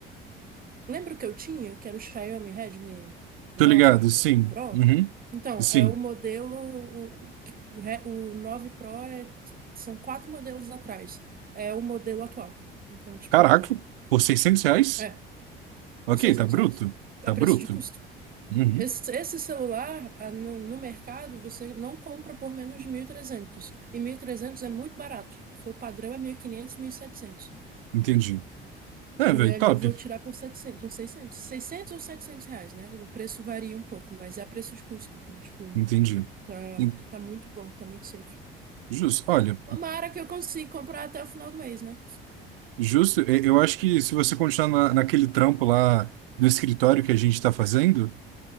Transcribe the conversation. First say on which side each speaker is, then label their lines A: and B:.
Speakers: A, on the right; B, on the right.
A: Lembra o que eu tinha? Que era o Xiaomi Redmi nove
B: Tô ligado, sim.
A: Pro?
B: Uhum.
A: Então,
B: Sim.
A: é o modelo. O, o, que- o, Re- o 9 Pro é, são quatro modelos atrás. É o modelo atual. Então, tipo.
B: Caraca, por 600 reais?
A: é,
B: Ok,
A: Por 600
B: tá bruto.
A: reais?
B: Tá
A: A preço
B: bruto.
A: de custo.
B: Uhum.
A: Esse, esse celular, ah, no, no mercado, você não compra por menos de 1.300. E trezentos E mil e trezentos é muito barato, porque o padrão é 1.500, 1.700. E setecentos.
B: Entendi. É,
A: E
B: velho,
A: ali
B: top.
A: eu vou tirar por 700, por 600. 600 ou 700 reais, né? O preço varia um pouco, mas é a preço de custo. Então, tipo,
B: Entendi.
A: tá,
B: En-
A: tá muito bom, tá muito safe.
B: Justo. Olha,
A: Tomara que eu consiga comprar até o final do mês, né?
B: Justo, E- eu acho que se você continuar na- naquele trampo lá do escritório que a gente está fazendo,